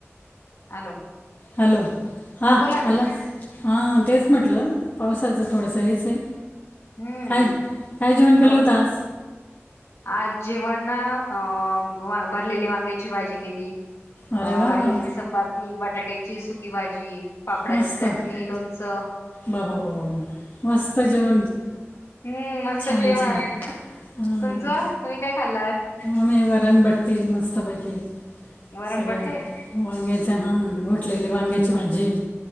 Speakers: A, on the left; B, on the left.
A: हॅलो?
B: हॅलो? हा
A: बोला ना
B: आला, हा तेच म्हटलं, पावसाचं थोडंसं हेच ये.
A: हम्म
B: काय, काय जेवण केलं
A: हो
B: होतं, आज?
A: आज जेवण ना, अं भरलेली वांग्याची भाजी केली.
B: अरे
A: अं
B: वा
A: राईस,
B: वा वा
A: चपाती, बटाट्याची सुकी भाजी. पापडाची
B: मस्त
A: चटणी,
B: बाबा
A: लोणचं.
B: बाबा ब ब ब अ मस्त जेवण,
A: हम्म मस्त
B: छान
A: जेवण.
B: छान. हां
A: तुमचं, तुम्ही काय खाल्ल आज?
B: आम्ही, वरणबट्टी मस्तपैकी
A: वरणबट्टे,
B: सगळं वांग्याच हं, गोटलेली वांग्याची भाजी.